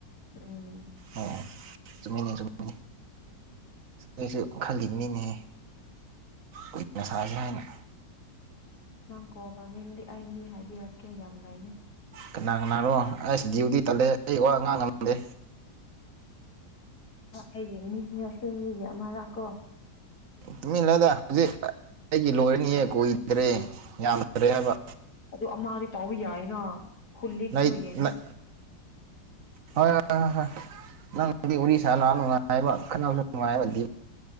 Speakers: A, on the left; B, on the right.
A: ꯎꯝ
B: ꯑꯣ ꯆꯨꯝꯃꯤꯅꯦ ꯆꯨꯝꯃꯤꯅꯦ ꯁꯤꯁꯨ ꯈꯜꯂꯤꯅꯤꯅꯦ ꯀꯅꯁꯥꯥꯁ ꯍꯥꯏꯅ
A: ꯅꯪ ꯀꯣꯕꯃꯤꯡꯗꯤ ꯑꯩ ꯃꯤ ꯍꯥꯏꯕꯤꯔꯛꯀꯦ ꯌꯥꯝ ꯂꯩꯌꯦ
B: ꯀꯅꯥ ꯀꯅꯥꯅꯣ ꯑꯁ ꯗ꯭ꯌꯨꯇꯤ ꯇꯠꯂꯦ ꯑꯩ ꯋꯥ ꯉꯥꯡ ꯉꯝꯗꯦ
A: ꯑꯩ ꯌꯦꯡꯅꯤꯅꯦꯁ ꯌꯦ ꯑꯃ ꯂꯥꯛꯀꯣ
B: ꯇꯨꯃꯤꯟꯅꯗ ꯍꯧꯖꯤꯛ ꯑꯩꯒꯤ ꯂꯣꯏꯔꯅꯤꯌꯦ ꯀꯨꯏꯗ꯭ꯔꯦ ꯌꯥꯝꯗ꯭ꯔꯦ ꯍꯥꯏꯕ
A: ꯑꯗꯨ ꯑꯃꯗꯤ ꯇꯥꯎꯕ ꯌꯥꯏꯅ ꯈꯨꯜꯂꯤꯗꯣ
B: ꯂꯩ
A: ꯌꯦꯡꯉꯣ
B: ꯂꯩ <unintelligible> ꯅꯨꯡꯉꯥꯏꯕ ꯈꯠꯅꯕꯁꯨ ꯅꯨꯡꯉꯥꯏꯕ ꯗꯤ